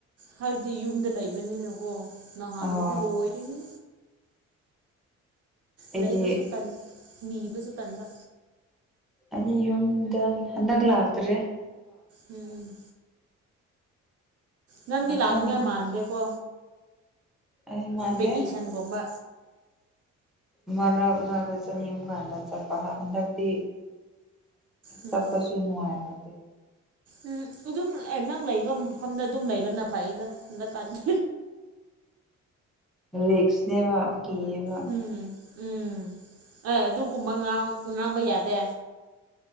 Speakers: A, on the right (about 55°); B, in the centre.
A: ꯍꯥꯏꯕꯗꯤ ꯌꯨꯝꯗ ꯂꯩꯕꯅꯤꯅꯀꯣ ꯅ ꯍꯥꯟ
B: ꯑꯣ
A: ꯑꯗꯨꯗꯤ ꯂꯣꯏꯅꯤ
B: ꯑꯩꯗꯤ
A: ꯅꯩꯕꯁꯨ ꯀꯟ ꯅꯤꯕꯁꯨ ꯀꯟꯕ
B: ꯑꯅꯤ ꯌꯨꯝꯗ ꯍꯟꯒ ꯂꯥꯛꯇ꯭ꯔꯔꯤ
A: ꯎꯝ ꯅꯪꯗꯤ
B: ꯃꯊꯪ
A: ꯂꯥꯛꯅꯤꯉꯥꯏ ꯃꯥꯟꯗꯦꯀꯣ
B: ꯑꯩ ꯃꯥꯟꯗꯦ
A: ꯕꯦꯀꯦꯁꯟꯒꯨꯝꯕ
B: ꯃꯔꯅ ꯃꯛꯇ ꯆ ꯃꯤ ꯑꯃꯒꯥꯟꯗ ꯆꯄ ꯍꯟꯗꯛꯗꯤ
A: ꯎꯝ
B: ꯁꯄꯁꯨꯅꯅꯨꯡꯒ
A: ꯎꯝ ꯑꯗꯨꯝ ꯅꯪ ꯂꯩꯕ ꯃꯐꯝꯗ ꯑꯗꯨꯝ ꯂꯩꯕꯅ ꯐꯩꯗ ꯍꯟꯗ ꯄꯅꯤ
B: ꯔꯤꯁꯅꯦꯕ ꯀꯤꯌꯦꯕ
A: ꯎꯝ ꯎꯝ ꯑꯦ ꯑꯗꯨꯒꯨꯝꯕ ꯉꯥꯡꯕ ꯌꯥꯗꯦ